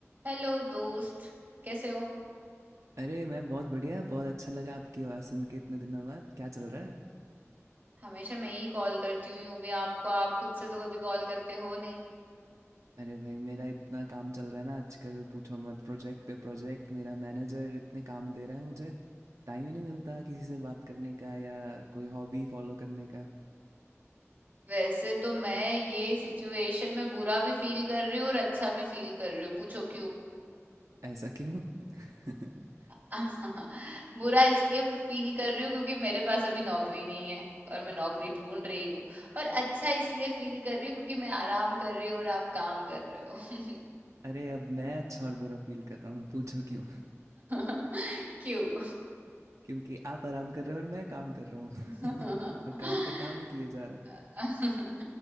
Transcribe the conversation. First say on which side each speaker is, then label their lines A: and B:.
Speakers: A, on the right (about 45°); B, on the right (about 85°).
A: Hello दोस्त कैसे हो
B: अरे मैं बहुत बढ़िया बहुत अच्छा लगा आपकी आवाज़ सुन के इतने दिनों बाद क्या चल रहा है
A: हमेशा मैं ही कॉल करती हूँ यूं भी आपको आप खुद से तो कभी कॉल करते हो नहीं
B: अरे भाई मेरा इतना काम चल रहा है ना आजकल पूछो मत प्रोजेक्ट पे प्रोजेक्ट मेरा मैनेजर इतने काम दे रहा है मुझे टाइम ही नहीं मिलता किसी से बात करने का या कोई हॉबी फॉलो करने का
A: वैसे तो मैं ये सिचुएशन में बुरा भी फील कर रही हूँ और अच्छा भी फील कर रही हूँ पूछो क्यों
B: ऐसा क्यों <laughs>
A: <laughs> बुरा इसलिए फील कर रही हूँ क्योंकि मेरे पास अभी नौकरी नहीं है और मैं नौकरी ढूंढ रही हूँ और अच्छा इसलिए फील कर रही हूँ क्योंकि मैं आराम कर रही हूँ और आप काम कर रहे हो
B: अरे अब मैं अच्छा और बुरा फील कर रहा हूँ पूछो क्यों
A: <laughs> क्यों
B: <laughs> क्योंकि आप आराम कर रहे हो और मैं काम कर रहा हूँ
A: <laughs>
B: <laughs> और काम पे काम ही किए जा रहा हूँ
A: <laughs>